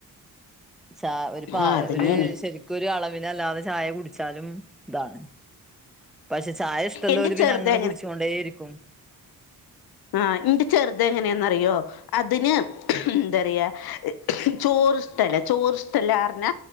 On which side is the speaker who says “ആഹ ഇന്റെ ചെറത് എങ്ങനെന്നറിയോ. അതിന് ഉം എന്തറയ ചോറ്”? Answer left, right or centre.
Left